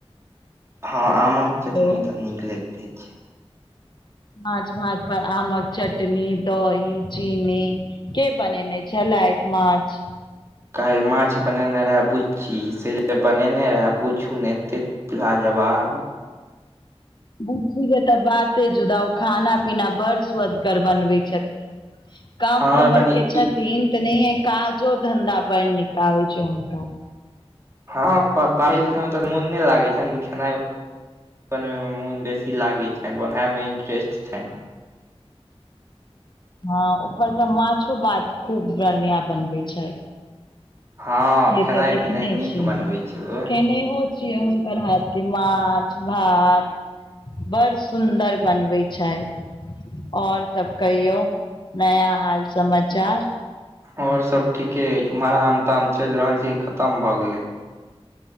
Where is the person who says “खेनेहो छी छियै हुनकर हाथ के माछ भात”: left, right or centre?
Left